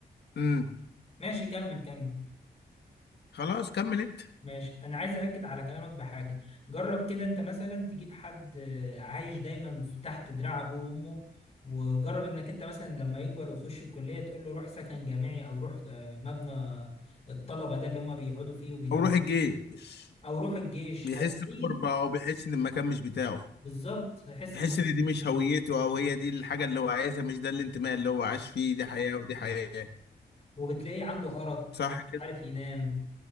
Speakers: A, on the left; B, on the left.
A: امم
B: ماشي كمل كمل
A: خلاص كمل انت
B: ماشي انا عايز اكد على كلامك بحاجه جرب كده انت مثلا تجيب حد آه، عايش دايما في- تحت دراع ابوه وامه وجرب انك انت مثلا لما يكبر ويخش الكليه تقول له روح سكن جامعي او روح آه، مبنى الطلبه ده اللي هم بيقعدوا فيه وبيناموا
A: او روح
B: فيه
A: الجيش
B: او روح الجيش
A: بيحس
B: هتلاقيه
A: بغربه او بيحس ان المكان مش بتاعه
B: بالظبط هيحس
A: بيحس
B: ان مسؤول
A: ان دي مش
B: بتاعه.
A: هويته او هي دي الحاجه اللي هو عايزها مش ده الانتماء اللي هو عاش فيه دي حياه ودي حياه
B: وبتلاقيه عنده ارق
A: صح
B: ومش
A: كده
B: عارف ينام